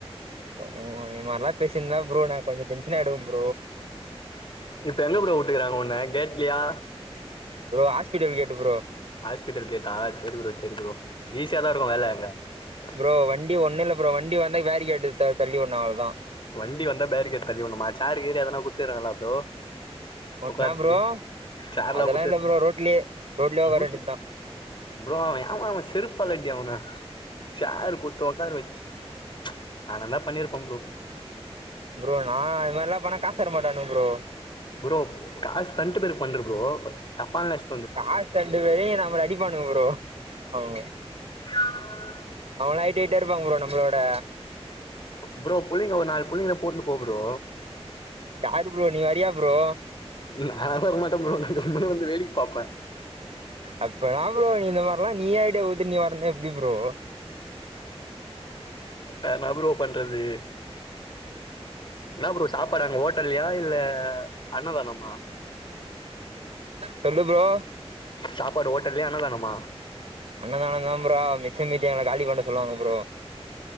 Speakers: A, on the right; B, on the left.
A: ம் இது மாரிலா பேசினுயிருந்தா நா கொஞ்சோ டென்ஷன் ஆயிடுவே ப்ரோ
B: இப்போ எங்க ப்ரோ விட்ருக்காங்க உன்ன கேட்லியா
A: ப்ரோ ஹாஸ்பிடல் கேட்டு ப்ரோ
B: ஹாஸ்பிடல் கேட்டா சேரி ப்ரோ சேரி ப்ரோ ஈஸியா தா இருக்கு வேல அங்க ஸ்
A: ப்ரோ வண்டி ஒண்ணு இல்ல ப்ரோ வண்டி வந்த பேரிகாட்டுக்கு த தள்ளிவுடனு அவ்ளோதா
B: வண்டி வந்தா பேரிகேட் தள்ளிவுடனுமா சேரு கீறு எதனா குடுத்துக்குறாங்களா ப்ரோ
A: என்னா
B: ஒக்கார்ரதுக்கு
A: ப்ரோ
B: சேர்லா
A: அதெல்லா
B: குடுத்துங்க
A: இல்ல ப்ரோ ரோட்லயே ரோட்லயே உக்கார
B: <inaudible>
A: வேண்டியதா
B: ப்ரோ அவ யாவ செருப்பாலடி அவன சேர் குத்து ஒக்கர வச்சி ப்ச் நானாருந்தா பண்ணிருப்பே ப்ரோ
A: ப்ரோ நான இத மாறில்ல பண்ணா காஸ் தரமாட்டானுங்க ப்ரோ
B: ப்ரோ காஸ் தண்டு பேர்பண்று ப்ரோ தப்பா நஸ்
A: காஸ் தண்டுவேரையு நம்மள அடிப்பானுங்க ப்ரோ அஹ்
B: இடியாப்போ.....
A: அவன்ல ஹையிட் ஹையிட்டா இருப்பாங்க ப்ரோ நம்மள விட
B: ப்ரோ புள்ளிங்கோ ஒரு நாலு புள்ளிங்கள கூட்னு போ ப்ரோ
A: யாரு ப்ரோ நீ வரியா ப்ரோ
B: நாலா வரமாட்டே ப்ரோ கம்முன்னு வந்து வேடிக்க பாப்பே
A: அப்பத ப்ரோ இந்த மாரியெல்லா நீயே ஐடியா குத்துட்டு நீயே வரலைன்னா எப்டி ப்ரோ
B: நா என்ன ப்ரோ பண்றது என்ன ப்ரோ சாப்பாடு அங்க ஹோட்டல்லையா இல்ல அன்னதானமா
A: சொல்லு ப்ரோ
B: சாப்பாடு ஹோட்டல்லையா அன்னதானமா
A: அன்னதான தா ப்ரோ மிச்சமீதி எங்ள காலி பண்ண சொல்லுவாங்க ப்ரோ